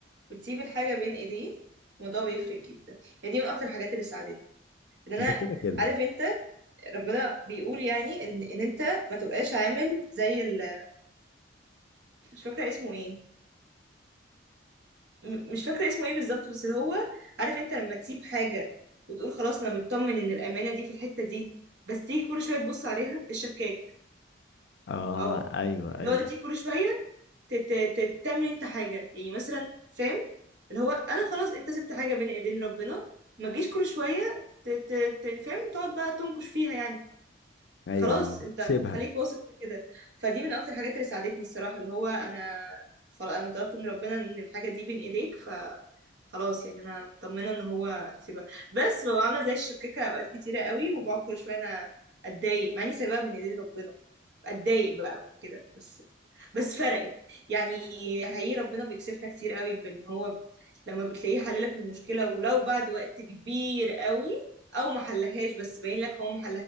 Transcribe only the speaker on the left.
ده كده كده
اه
ايوه ايوه
ايوه
اللي
سيبها